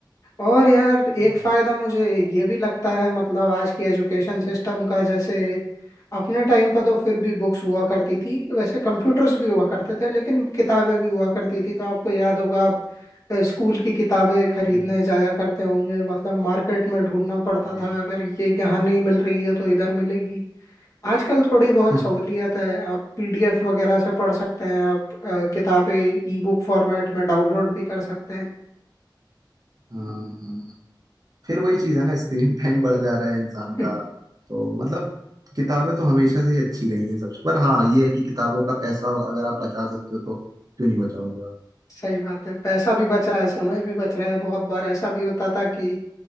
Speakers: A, on the left (about 45°); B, on the right (about 50°).
A: और यार एक
B: हम्म,
A: फायदा मुझे ये भी लगता है मतलब आज की एजुकेशन सिस्टम का जैसे अपने टाइम पर तो फिर भी बुक्स हुआ करती थी वैसे कंप्यूटर्स भी हुआ करते थे लेकिन किताबें भी हुआ करती थी तो आपको याद होगा आप अ, स्कूल की किताबें खरीदने
B: हम्म,
A: जाया करते होंगे मतलब मार्केट में ढूंढना पड़ता
B: वही।
A: था अगर ये यहाँ नहीं मिल रही है तो इधर मिलेगी आजकल थोड़ी बहुत
B: <laughs> हाँ
A: सहूलियत है आप पीडीएफ वगैरह से पढ़ सकते हैं आप अ, किताबें ई बुक फॉर्मेट में डाउनलोड भी कर सकते
B: हाँ फिर वही चीज है ना स्क्रीन टाइम बढ़ जा रहा है इंसान
A: हैं
B: का तो मतलब किताबें तो हमेशा से ही अच्छी रही हैं सबसे पर हाँ ये है कि किताबों का पैसा अगर आप बचा सकते हो तो क्यों नहीं बचाओगे आप
A: सही बात है पैसा भी बच रहा है समय भी बच रहा है बहुत बार ऐसा भी होता था कि